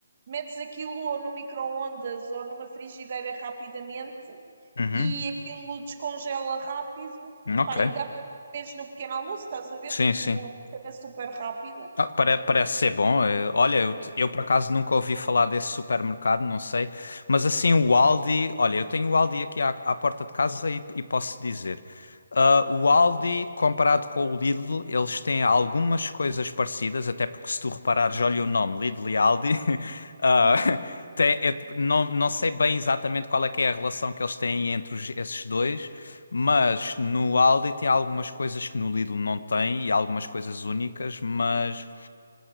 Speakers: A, on the right; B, on the left.
A: metes aquilo ou no micro-ondas ou numa frigideira rapidamente
B: Uhum,
A: e aquilo descongela rápido,
B: ok.
A: pá, e dá para tu comeres no pequeno almoço, estás a ver?
B: Sim,
A: Tipo,
B: sim.
A: é uma cena super rápida.
B: Ah, pare- Parece ser bom. Eh, Olha, eu, te- eu por acaso nunca ouvi falar desse supermercado, não sei. Mas assim, o Aldi. Olha, eu tenho o Aldi aqui à, à porta de casa e, e posso dizer. ah, o Aldi, comparado com o Lidl, eles têm algumas coisas parecidas, até porque se tu reparares, olha o nome, Lidl e Aldi. <laughs> ah,
A: <laughs>
B: tem- é- não, não sei bem exatamente qual é que é a relação que eles têm entre os- esses dois, mas no Aldi tem algumas coisas que no Lidl não tem e algumas coisas únicas, mas.